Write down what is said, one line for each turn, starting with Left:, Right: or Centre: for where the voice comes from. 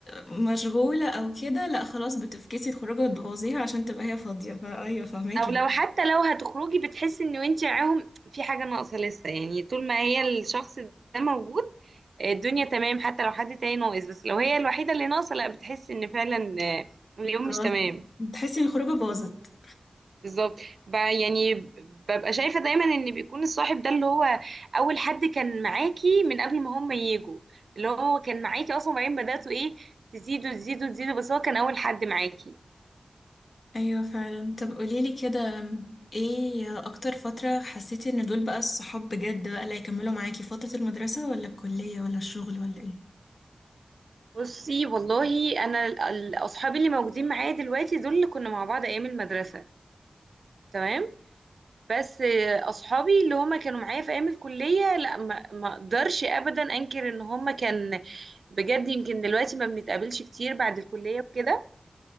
Left: مشغولة أو كده لأ خلاص بتفكسي الخروجة وتبوظيها عشان تبقى هي فاضية فأيوه فهماكي
Right: او لو حتى لو هتخرجي بتحسي ان انت معاهم في حاجه ناقصه لسه يعني طول ما هي الشخص ده موجود آه، الدنيا تمام حتى لو حد تاني ناقص بس لو هي الوحيده اللي ناقصه لا بتحسي ان فعلا آه، اليوم
Left: خلاص
Right: مش تمام
Left: بتحسي إن الخروجة باظت
Right: بالظبط ب- يعني ببقى شايفه دايما ان بيكون الصاحب ده اللي هو اول حد كان معاكي من قبل ما هم يجوا اللي هو كان معاكي اصلا وبعدين بداتوا ايه تزيدوا تزيدوا تزيدوا بس هو كان اول حد معاكي
Left: أيوه فعلا طب قوليلي كده ايه أكتر فترة حسيتي إن دول بقى الصحاب بجد بقى اللي هيكملوا معاكي فترة المدرسة ولا الكلية ولا الشغل ولا ايه؟
Right: بصي والله انا ال- ال- اصحابي اللي موجودين معايا دلوقتي دول اللي كنا مع بعض ايام المدرسه تمام بس آه، اصحابي اللي هما كانوا معايا في ايام الكليه لا ما ما اقدرش ابدا انكر ان هما كان بجد يمكن دلوقتي ما بنتقابلش كتير بعد الكليه وكده